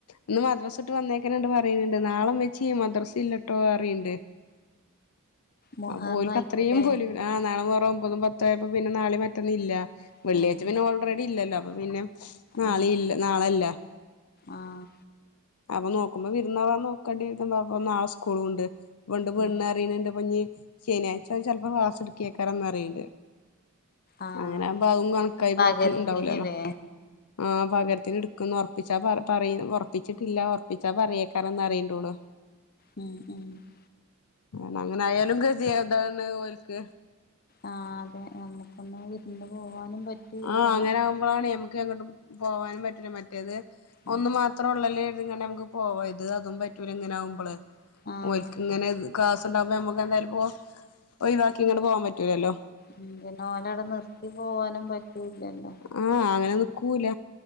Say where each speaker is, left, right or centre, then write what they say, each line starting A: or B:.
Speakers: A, on the left; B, on the left.
A: ഇന്ന് മദ്രസ വിട്ട് വന്നേക്കണ തൊട്ട് പറയുന്നുണ്ട് നാളെ ഉമ്മച്ചിയെ മദ്രസ ഇല്ലട്ടോ പറയണുണ്ട്
B: മുഹറായിട്ട്ല്ലേ
A: അപ്പോ ഓൽക്ക്‌ അത്രയും പോലും ആഹ് നാളെ മുഹറം ഒമ്പതും പത്തും ആയപ്പോ പിന്നെ നാളെ മറ്റൊന്നും ഇല്ല
B: ആഹ്
A: വെള്ളിയാഴ്ച്ച പിന്നെ ഓൾറെഡി ഇല്ലല്ലോ അപ്പൊ പിന്നെ നാളെയും
B: ആഹ്
A: ഇല്ല നാളെയില്ല
B: ആഹ്
A: അപ്പൊ നോക്കുമ്പോ വിരുന്നാവാൻ നോക്കണ്ടിരിക്കുമ്പോ അപ്പൊ നാളെ സ്കൂളുണ്ട് <unintelligible>
B: ഉം
A: ശനിയാഴ്ച ചിലപ്പോ ക്ലാസ് എടുക്കുവാ പറയൊണ്ട്
B: ആഹ്
A: അങ്ങനാവുമ്പം അതും കണക്കായി
B: പകരത്തിന്ല്ലേ
A: പോക്കും ഉണ്ടാവൂലല്ലോ ആഹ് പകര ത്തിന് എടുക്കുംന്ന് ഉറപ്പിച്ചാ പറ പറയും ഉറപ്പിച്ചിട്ടില്ല ഉറപ്പിച്ചാ പറയേക്കാന്ന് പറയൊണ്ടോ ഓള്
B: ഉം ഉം <inaudible>
A: ആന് അങ്ങനെ ആയാലും ഗതി അതാണ് ഓൽക്ക്
B: ആഹ് അതെ നമ്മുക്കൊന്ന് ഇരുന്ന് പോവാനും- പറ്റൂല്ല
A: ആഹ് അങ്ങനെ ആകുമ്പോഴാണ് എമക്ക് അങ്ങോട്ടും പോവാനും പറ്റില്ല മറ്റേത്-
B: ഉം
A: ഒന്നു മാത്രം ഉള്ളല്ലോ ഇതിങ്ങനെ നമുക്ക് പോവാ ഇത് അതും പറ്റൂല ഇങ്ങനാവുമ്പള്
B: ആഹ്
A: ഓല്ക്ക് ഇങ്ങനെ കാസുണ്ടാകുമ്പോ നമ്മുക്ക് എന്തായാലും പോവാം ഒഴിവാക്കി ഇങ്ങോട്ട് പോവാൻ പറ്റൂലല്ലോ
B: ഉം പിന്നെ ഓലവടെ നിർത്തി പോവാനും പറ്റൂലല്ലോ
A: ആഹ് അങ്ങനെ നിക്കൂല